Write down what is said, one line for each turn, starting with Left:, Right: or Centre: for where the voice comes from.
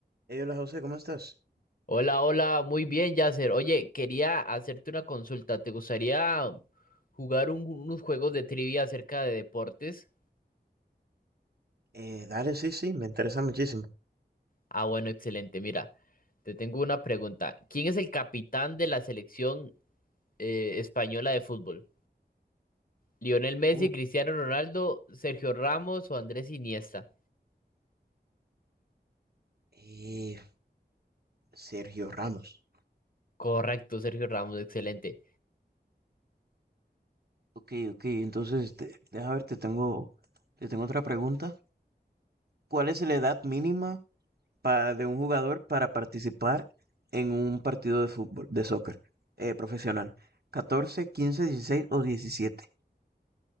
Right: Hey, hola José, ¿cómo estás?
Left: Hola, hola, muy bien, Yasser. Oye, quería hacerte una consulta. ¿Te gustaría jugar un- unos juegos de trivia acerca de deportes?
Right: Eh, dale, sí, sí, me interesa muchísimo.
Left: Ah, bueno, excelente. Mira, te tengo una pregunta. ¿Quién es el capitán de la selección eh, española de fútbol? ¿Lionel Messi,
Right: Uh,
Left: Cristiano Ronaldo, Sergio Ramos o Andrés Iniesta?
Right: eh, Sergio Ramos.
Left: Correcto, Sergio Ramos, excelente.
Right: Ok, ok, entonces te- deja ver, te tengo, te tengo otra pregunta. ¿Cuál es la edad mínima pa- de un jugador para participar en un partido de fútbol, de soccer, eh, profesional? Catorce, quince, dieciséis o diecisiete.